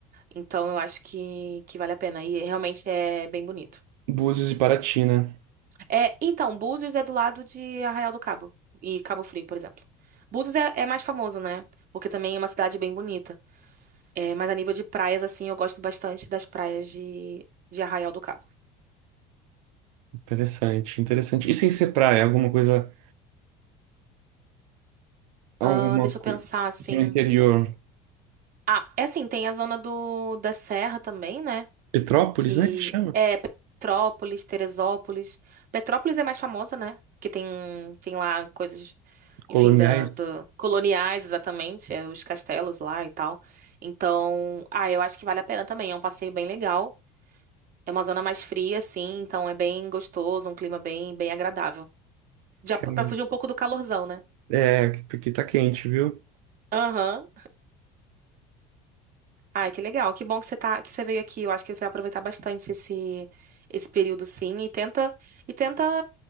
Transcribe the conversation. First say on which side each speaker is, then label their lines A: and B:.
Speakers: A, on the right; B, on the right.
A: Então eu acho que, que vale a pena. E realmente é bem bonito.
B: Búzios e Paraty, né?
A: É, então, Búzios é do lado de Arraial do Cabo e Cabo Frio, por exemplo. Búzios é, é mais famoso, né? Porque também é uma cidade bem bonita. É, mas a nível de praias, assim, eu gosto bastante das praias de, de Arraial do Cabo.
B: Interessante, interessante. E sem ser praia, alguma coisa, alguma
A: Ahn, deixa
B: coisa
A: eu pensar, assim.
B: pro interior.
A: Ah, é assim, tem a zona do, da Serra também, né?
B: Petrópolis,
A: que
B: né? Que chama?
A: é Petrópolis, Teresópolis. Petrópolis é mais famosa, né? Que tem tem lá coisas, enfim,
B: Coloniais.
A: da, da- coloniais exatamente, é, os castelos lá e tal. Então, ah, eu acho que vale a pena também. É um passeio bem legal. É uma zona mais fria, assim, então é bem gostoso, um clima bem bem agradável. Já
B: Cara,
A: para
B: É, um,
A: fugir um pouco do calorzão, né?
B: é, porque tá quente, viu?
A: Aham. Ai, que legal. Que bom que você tá, que você veio aqui. Eu acho que você vai aproveitar bastante esse esse período, sim, e tenta e tenta